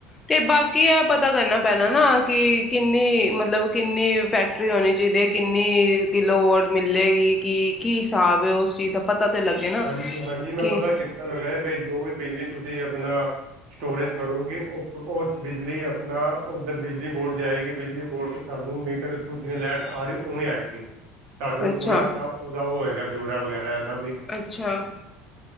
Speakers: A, on the left (about 20°); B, on the right (about 55°).
A: ਤੇ ਬਾਕੀ ਐ ਪਤਾ ਕਰਨਾ ਪੈਣਾ ਨਾ ਕਿ ਕਿ ਕਿੰਨੀ ਮਤਲਬ, ਕਿੰਨੀ ਫੈਕਟਰੀ ਹੋਣੀ ਚਈਦੀ ਏ, ਕਿੰਨੀ ਕਿਲੋਵੋਟ ਮਿਲੇਗੀ ਕਿ ਕੀ ਸਾਬ ਐ? ਉਸ ਚੀਜ਼ ਦਾ ਪਤਾ ਤਾਂ ਲੱਗੇ ਨਾ
B: ਹਾਂਜੀ, ਹਾਂਜੀ, ਮੈਂ
A: ਕਿ
B: ਪਤਾ ਕੀਤਾ ਦਾ ਵੇ ਬਈ, ਜੋ ਵੀ ਬਿਜਲੀ ਤੁਸੀਂ ਆਪਣਾ ਸਟੋਰੇਜ ਕਰੋਗੇ, ਓ ਬਿਜਲੀ ਆਪਣਾ ਓੱਧਰ ਬਿਜਲੀ ਬੋਡ ਜਾਏਗੀ। ਬਿਜਲੀ ਬੋਡ ਤੋਂ ਸਾਨੂੰ ਮੀਟਰ ਤੋਂ ਜਿਵੇਂ ਲੈਟ ਆ ਰਈ ਓਵੇਂ ਆਏਗੀ। ਸਾਡੂ
A: ਅੱਛਾ
B: ਪੂਰਾ <unintelligible> ਓਦਾ ਓ ਹੋਏਗਾ। ਜੋੜਾ ਵਗੈਰਾ ਐ ਸਬ।
A: ਅੱਛਾ,